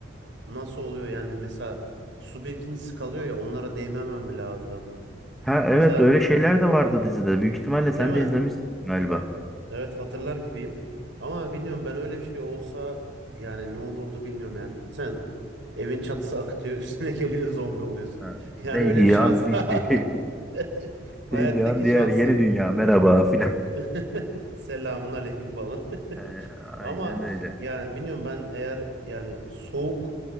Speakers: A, on the right; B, in the centre.
A: nasıl oluyor yani mesela su birikintisi kalıyor ya onlara değmemem mi lazım?
B: Ha evet
A: Mesela
B: öyle şeyler de vardı dizide. Büyük ihtimalle
A: değil
B: sen
A: mi?
B: de izlemişsin galiba.
A: Evet hatırlar gibiyim. Ama bilmiyorum ben öyle bir şey olsa yani ne olurdu bilmiyorum yani. sen. Evin çatısı akıtıyor, <laughs> üstüne geliyor zombi oluyorsun.
B: Ha,
A: <laughs>
B: Değdiği
A: Yani öyle bir şans
B: an bitti.
A: daha.
B: <laughs>
A: <laughs> Hayattaki
B: Değdiği an diğer
A: şansım.
B: yeni dünya merhaba filan.
A: <laughs> Selamun aleyküm falan. <laughs>
B: Ee, aynen
A: Ama
B: öyle.
A: yani bilmiyorum ben eğer yani soğuk